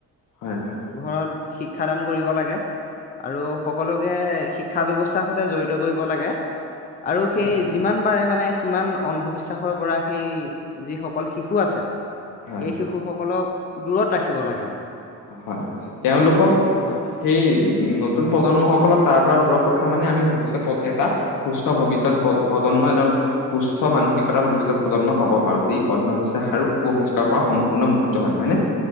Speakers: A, on the left; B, on the left.
A: হয় হয়
B: ঘৰত শিক্ষাদান কৰিব লাগে আৰু সকলোকে শিক্ষা ব্যৱস্থা বিশ্বাসতে জড়িত কৰিব লাগে আৰু
A: হয়
B: সেই যিমান পাৰে মানে সিমান অন্ধবিশ্বাসৰ পৰা সেই যিসকল শিশু আছে।
A: হয়
B: সেই শিশুসকলক দূৰত ৰাখিব লাগে
A: হয় তেওঁলোকক
B: হয়
A: সেই ন নতুন প্ৰজন্মসকলক তাৰ পৰা দূৰত ৰখা মানে আমি ভৱিষ্যত এটা। সুস্থ
B: হয়
A: ভৱিষ্যত
B: হয়
A: প্ৰজন্ম এজন। সুস্থ মানসিকতা ভৱিষ্যত প্ৰজন্ম পাব পাৰো যি অন্ধবিশ্বাস
B: হয়
A: আৰু
B: হয়
A: সংস্কাৰ পৰা সম্পূৰ্ণ মুক্ত হয়নে